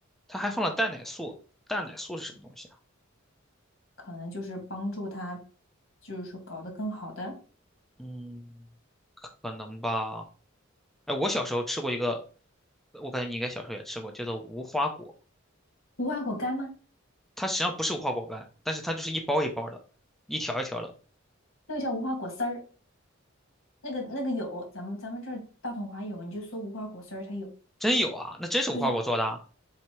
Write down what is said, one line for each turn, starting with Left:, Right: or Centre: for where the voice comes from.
Centre: 它还放了蛋奶素，蛋奶素是什么东西啊？
Left: 可能就是帮助它，就是说搞得更好的
Centre: 嗯，可能吧。哎，我小时候吃过一个，我感觉你应该小时候也吃过，叫做无花果。
Left: 无花果干吗？
Centre: 它实际上不是无花果干，但是它就是一包一包的，一条一条的。
Left: 那个叫无花果丝儿，那个那个有，咱们咱们这儿大统华有，你就搜无花果丝儿，它有。
Centre: 真有啊，那真是无花果做的啊，
Left: 对呀、